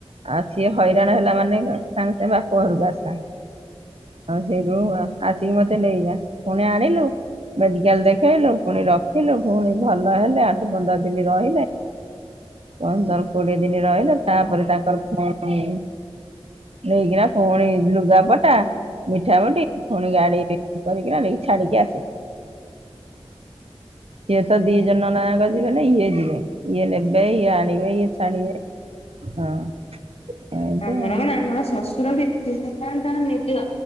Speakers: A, on the right; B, on the left.
A: ଆଉ ସିଏ ହଇରାଣ ହେଲା ମାନେ ସାଙ୍ଗ ସାଙ୍ଗେ ବାପ ଘରକୁ ଆସା। ଆଉ ସେଠୁ ବପା ଆସିକି ମତେ ନେଇଯା ପୁଣି ଆଣିଲୁ। ମେଡିକାଲ ଦେଖେଇଲୁ ପୁଣି ରଖିଲୁ ପୁଣି ଭଲ ହେଲେ ଆଠ ପନ୍ଦର ଦିନି ରହିଲେ। ପନ୍ଦର କୋଡିଏ ଦିନ ରହିଲେ ତାପରେ ତାଙ୍କର ପୁଣି ନେଇକିନା ଫୁଣି ଲୁଗାପଟା ମିଠା ମୁଠି ଫୁଣି ଗାଡି କରିକି ଆଣିକି ଛାଡିକି ଆସିଲି। ସିଏ ତ ଦି ଜଣ। <unintelligible> ନା ଇଏ ଯିବେ ଇଏ ନେବେ ଇଏ ଆଣିବେ ଇଏ ଛାଡିବେ ହଁ। ଏମିତି
B: ଆମର
A: ଆଉ।
B: କଣ ଆମର ଶଶୁର ବି <unintelligible> ନଣନ୍ଦ